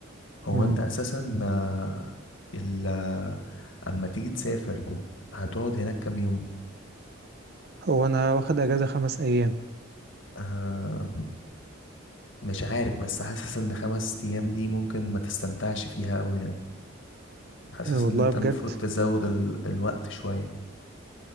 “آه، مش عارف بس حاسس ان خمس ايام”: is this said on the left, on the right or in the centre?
Left